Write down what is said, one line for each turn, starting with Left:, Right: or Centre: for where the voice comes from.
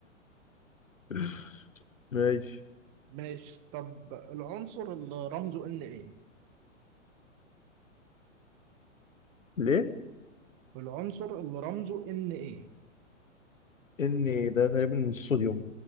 Left: <laughs> ماشي
Right: ماشي طب العنصر اللي رمزه ان ايه
Left: ليه؟
Right: العنصر اللي رمزه ان ايه
Left: إن ده تقريبا الصوديوم